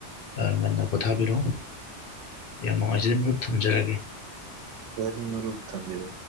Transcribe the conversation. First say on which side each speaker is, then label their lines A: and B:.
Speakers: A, on the left; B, on the right.
A: ꯑꯥ ꯉꯟꯅ ꯄꯣꯊꯥꯕꯤꯔꯣ ꯌꯥꯝ ꯅꯨꯡꯉꯥꯏꯖꯩ ꯃꯔꯨꯞ ꯊꯝꯖꯔꯒꯦ
B: ꯑꯗꯨꯗꯤ ꯃꯔꯨꯞ ꯊꯝꯕꯤꯔꯣ